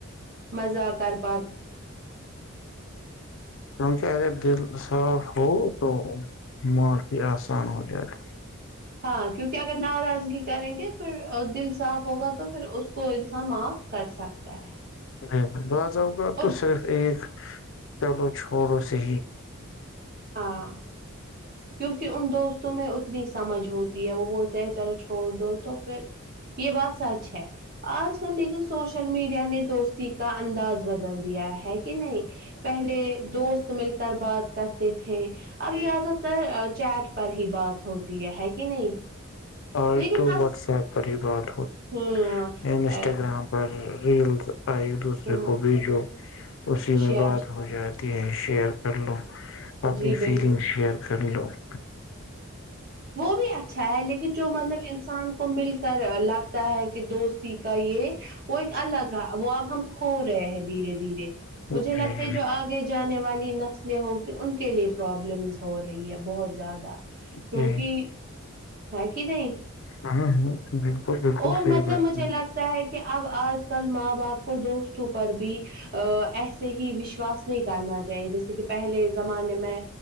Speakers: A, on the right; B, on the left.
A: مزہ کرتا
B: کیونکہ اگر دل صاف ہو تو معافی آسان ہو جائے گی
A: ہاں کیونکہ اگر ناراضگی کریں گے پھر دن صاف ہوگا تو پھر اس کو انسان معاف کر سکتا ہے
B: ہاں بہت مذوق
A: اور
B: تو صرف ایک چلو چھوڑو صی
A: ہاں کیونکہ ان دوستوں میں اتنی سمجھ ہوتی آب بول ہے چلو چھوڑ دو تو پھر یہ بات سچ ہے آج کل لیکن سوشل میڈیا نے دوستی کا انداز بدل دیا ہے کہ نہیں پہلے دوست مل کر کر بعات کرتے تھے اب زیادہ تر چیٹ پر ہی بات ہوتی دیا ہے کہ نہیں
B: آج
A: لیکن
B: تو
A: اس
B: واٹس ایپ پر ہی بات ہو
A: ہ
B: انسٹاگررام
A: ا
B: پر ریلز اور ایک دوسرے
A: ہ
B: کو بھی جو اسی میں
A: ش
B: بات ہو جاتی ہے شیئر کر لو اپنی
A: جی
B: فیلنگ
A: بالکل
B: شیئر کر لو <inaudible>
A: وہ بھی اچھا ہے لیکن جو مطلب ان کسان کو مل کر ہے کہ دوست کا یہ وہ ایک الگ ہے وہ اب ہم کھو رہے ہیں دھیرے دھیرے
B: جی
A: مجھے لگتا
B: جی
A: ہے جو آگے جانے والی نسلیں ہوگی ان کے لیے پرابلمس ہو رہی ہے بہت زیادہ کیونکہ
B: جی
A: ہے کہ نہیں
B: ہاں ہاں بالکل بالکل
A: اور
B: صحیح
A: مطلب
B: بات
A: مجھے
B: ہے
A: لگتا ہے کہ اب آج کل ماں باپ کو دوستوں پر بھی ا ایسے ہی وشواس نہیں کرنا چاہیے جیسے کہ پہلے زمانے میں